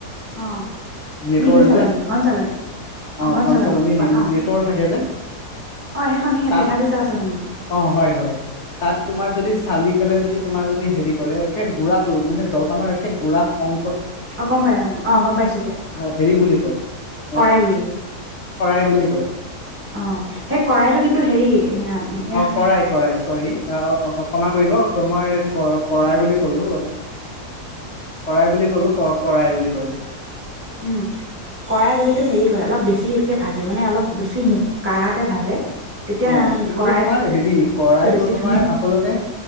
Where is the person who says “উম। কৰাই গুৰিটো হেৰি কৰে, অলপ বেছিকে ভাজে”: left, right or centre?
Right